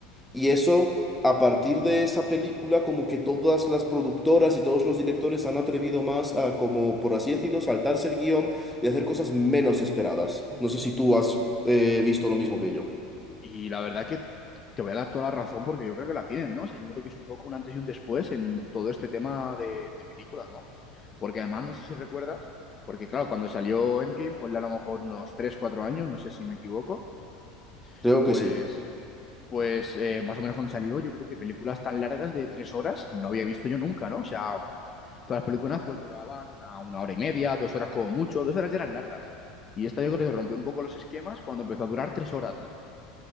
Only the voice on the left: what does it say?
Mm.
Y la verdad que te voy a dar toda la razón porque yo creo que la tienen, ¿no? O sea, yo creo que es un poco un antes y un después en todo este tema de, de películas, ¿no? Porque además, no sé si recuerdas, porque claro, cuando salió Endgame, ponle a lo mejor unos 3 4 años, no sé si me equivoco,
pues,
pues eh, más o menos cuando salió, yo creo que películas tan largas de 3 horas no había visto yo nunca, ¿no? O sea, todas las películas pues duraban una, una hora y media, dos horas como mucho, dos horas ya eran largas. Y esta yo creo que rompió un poco los esquemas cuando empezó a durar 3 horas, ¿no?